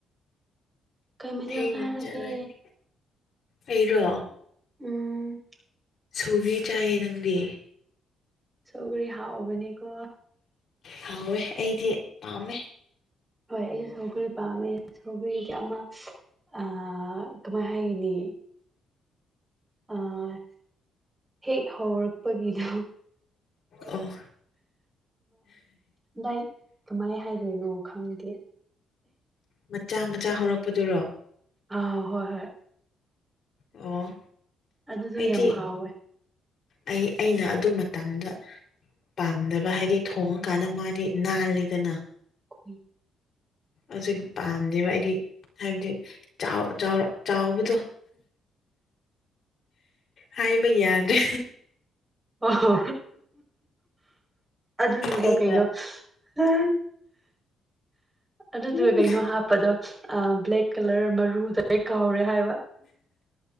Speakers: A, on the right; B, on the left.
A: ꯀꯩ ꯃꯊꯦꯜ
B: ꯊꯦꯡꯅ
A: ꯆꯥꯔꯒꯦ
B: ꯆꯠꯂꯅꯤ ꯑꯩꯔꯣ
A: ꯎꯝ꯫
B: ꯁꯧꯒ꯭ꯔꯤ ꯆꯥꯏꯌꯦ ꯅꯪꯗꯤ
A: ꯁꯧꯒ꯭ꯔꯤ ꯍꯥꯥꯎꯕꯅꯤꯀꯣ
B: ꯍꯥꯎꯋꯦ ꯑꯩꯗꯤ ꯄꯥꯝꯃꯦ
A: ꯍꯣꯏ ꯑꯩꯁꯨ ꯁꯧꯒ꯭ꯔꯤ ꯄꯥꯝꯃꯦ ꯁꯧꯒ꯭ꯔꯤꯁꯦ ꯑꯃ ꯑ ꯀꯃꯥꯏ ꯍꯥꯏꯒꯅꯤ ꯑ ꯍꯦꯛ ꯍꯧꯔꯛꯄꯒꯤꯗꯣ
B: ꯑꯣ
A: ꯂꯥꯥꯏꯛ ꯀꯃꯥꯏ ꯍꯥꯏꯗꯣꯏꯅꯣ ꯈꯪꯗꯦ
B: ꯃꯆꯥ ꯃꯆꯥ ꯍꯧꯔꯛꯄꯗꯨꯔꯣ
A: ꯑ ꯍꯣꯏ ꯍꯣꯏ
B: ꯑꯣ
A: ꯑꯗꯨꯗꯣ
B: ꯑꯩꯗꯤ
A: ꯌꯥꯝ ꯍꯥꯎꯋꯦ
B: ꯑꯩ ꯑꯩꯅ ꯑꯗꯨ ꯃꯇꯝꯗ ꯄꯥꯝꯗꯕ ꯍꯥꯏꯗꯤ ꯊꯣꯡꯉꯀꯥꯟꯗ ꯃꯥꯗꯤ ꯅꯥꯜꯂꯤꯗꯅ
A: ꯈꫭꯏ
B: ꯍꯧꯖꯤꯛ ꯄꯥꯝꯗꯦꯕ ꯑꯩꯗꯤ ꯍꯥꯏꯕꯗꯤ ꯆꯥꯎ ꯆꯥꯎꯔ ꯆꯥꯎꯕꯗꯣ ꯍꯥꯏꯕ ꯌꯥꯗ꯭ꯔꯦ
A: ꯑꯣ ꯍꯣ ꯑꯗꯨꯗꯨꯒ
B: ꯑꯩꯅ
A: ꯀꯩꯅꯣ ꯍꯥ ꯑꯗꯨꯗꯨꯒ
B: ꯎꯝ
A: ꯀꯩꯅꯣ ꯍꯥꯞꯄꯗꯣ ꯑ ꯕ꯭ꯂꯦꯛ ꯀꯂꯔ ꯃꯔꯨꯗꫭ ꯑꯩ ꯀꯥꯎꯔꯦ ꯍꯥꯏꯕ